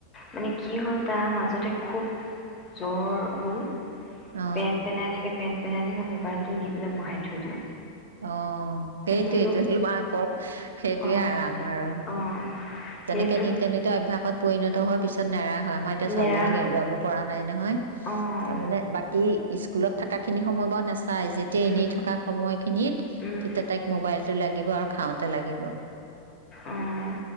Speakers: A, on the left; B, on the right.
A: মানে কি হ'ল তাৰ মাজতে খুব জ্বৰ হ'ল।
B: অ
A: পেন পেনাই থাকে, পেন তেনেকেনো মোবাইলটো দি পেলাই বহাই থৈ দিওঁ।
B: অ', সেইটোয়েইটো
A: সেইটো
B: তোম আকৌ সেইটোয়ে
A: অঁ
B: আৰামাৰ আৰু
A: অঁ সেইটোত
B: তেনেকে নি নিতি অভ্যাসত পৰিণত হোৱাৰ পিছত নো <unintelligible> হয় আমাৰ এতিয়া
A: নেৰা
B: ছোৱালীজনীক
A: হয়
B: এৰুৱাব পৰা নাই নহয়।
A: অঁ
B: তাৰমানে বাকী স্কুলত থকাখিনি সময় বা নাছিল পাই যেতিয়া
A: উম
B: এনেই থকা সময়ত
A: উম
B: তেতিয়া তাইক মোবাইলটো ল লাগিব আৰু খাওঁতে লাগিব।
A: অঁ